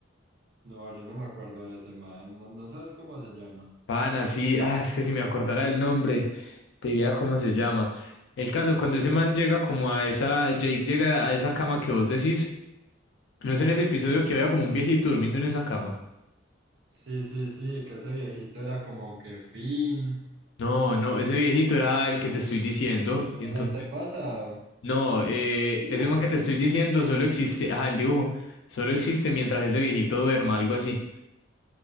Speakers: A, on the right; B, on the left.
A: No, yo no me acuerdo de ese man, no, no sabes cómo se llama.
B: Pana, sí, ah, es que si me acordara el nombre, te diría cómo se llama. El caso, cuando ese man llega como a esa, Jake llega a esa cama que vos decís, no es en ese episodio que había como un viejito durmiendo en esa cama.
A: Sí, sí, sí, que ese viejito era como que fin,
B: No, no, ese viejito era el que te estoy diciendo. Entonces,
A: el antepasado,
B: no, eh,
A: dibujo.
B: ese man que te estoy diciendo solo existe, ajá, el dibujo, solo existe mientras ese viejito duerma, algo así.